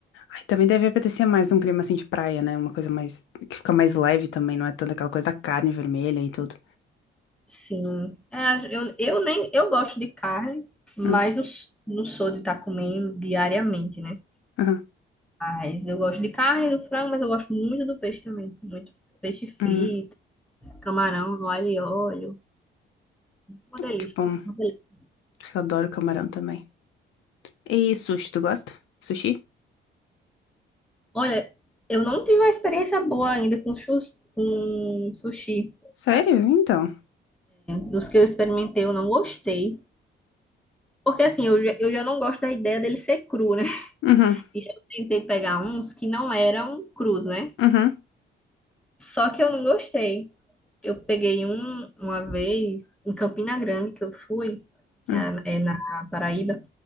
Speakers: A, on the left; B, in the centre.
A: Ai, também deve apetecer mais um clima assim de praia, né? Uma coisa mais. que fica mais leve também, não é tanto aquela coisa da carne vermelha e tudo.
B: Sim. É, eu, eu nem eu gosto de carne, mas
A: Hum,
B: não, s- não sou de estar comendo diariamente, né?
A: aham,
B: Mas eu gosto de carne, do frango, mas eu gosto muito do peixe também. Muito peixe frito,
A: hum,
B: camarão no alho e óleo. Uma
A: que
B: delícia.
A: bom.
B: Uma delícia.
A: Eu adoro camarão também. E sushi, tu gosta? Sushi?
B: Olha, eu não tive uma experiência boa ainda com, chus- com sushi.
A: Sério? Então.
B: Dos que eu experimentei, eu não gostei. Porque assim, eu já, eu já não gosto da ideia dele ser cru, né? <laughs>
A: Uhum,
B: E eu tentei pegar uns que não eram crus, né?
A: uhum,
B: Só que eu não gostei. Eu peguei um uma vez em Campina Grande que eu fui, que
A: uhum,
B: é é na Paraíba,